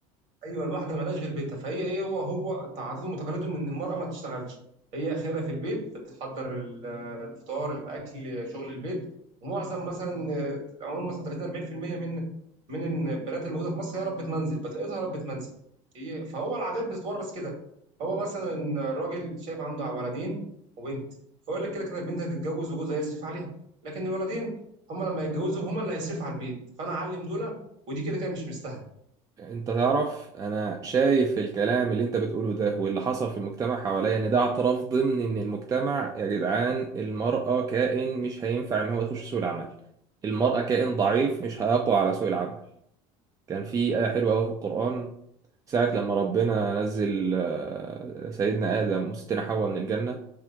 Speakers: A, on the right; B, on the right.
A: ايوه الواحده مالهاش غير بيتها فهي هي هو هو تعادتهم وتقاليدهم ان المراه ما تشتغلش هي اخرها في البيت بتحضر ال- الفطار الاكل شغل البيت ومعظم مثلا آه، عموما مثلا 30 40% من من البنات الموجوده في مصر هي ربة منزل بتقيدها ربة منزل هي فهو العادات بتتورث كده هو مثلا الراجل شايف عنده ولدين وبنت فيقول لك كده كده البنت هتتجوز وجوزها هيصرف عليها لكن الولدين هم لما يتجوزوا هم اللي هيصرفوا على البيت فانا اعلم دول ودي كده كده مش مستاهله
B: انت تعرف انا شايف الكلام اللي انت بتقوله ده واللي حصل في المجتمع حواليا ان ده اعتراف ضمني من المجتمع يا جدعان المرأة كائن مش هينفع ان هو يخش سوق العمل المرأة كائن ضعيف مش هيقوى على سوق العمل كان في آية حلوة أوي في القرآن ساعة لما ربنا نزل آه، سيدنا آدم وستنا حواء من الجنة